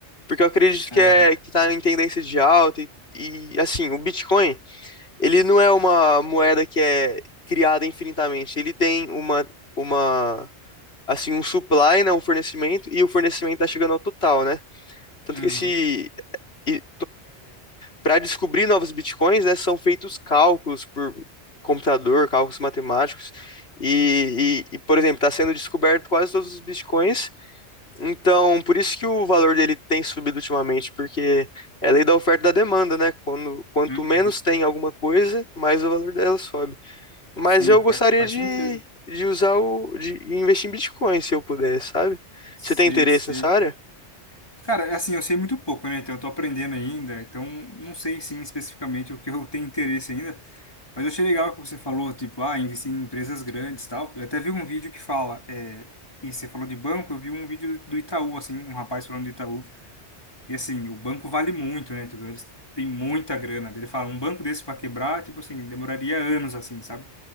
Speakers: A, on the left (about 60°); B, on the left (about 20°).
A: porque eu acredito que
B: Aham.
A: é que tá em tendência de alta e, e assim, o Bitcoin, ele não é uma moeda que é criada infinitamente, ele tem uma uma assim um supply, né, um fornecimento e o fornecimento tá chegando ao total, né? Tanto
B: Uhum.
A: que esse e para descobrir novos bitcoins, né, são feitos cálculos por computador, cálculos matemáticos. E, e- e, por exemplo, está sendo descoberto quase todos os bitcoins. Então, por isso que o valor dele tem subido ultimamente, porque é lei da oferta e da demanda, né? Quando, quanto
B: Uhum.
A: menos tem alguma coisa, mais o valor dela sobe. Mas
B: Sim,
A: eu gostaria
B: faz, faz
A: de,
B: sentido.
A: de usar o, de investir em bitcoin, se eu puder, sabe?
B: Sei,
A: Você tem interesse
B: sei.
A: nessa área?
B: Cara, é assim, eu sei muito pouco, né? Então eu tô aprendendo ainda, então não sei sim especificamente o que eu tenho interesse ainda, mas eu achei legal que você falou, tipo, ah, investir em empresas grandes e tal. Eu até vi um vídeo que fala, é, e você falou de banco, eu vi um vídeo do Itaú, assim, um rapaz falando do Itaú, e assim, o banco vale muito, né? Tipo, eles têm muita grana. Daí Ele fala, um banco desse para quebrar, tipo assim, demoraria anos, assim, sabe?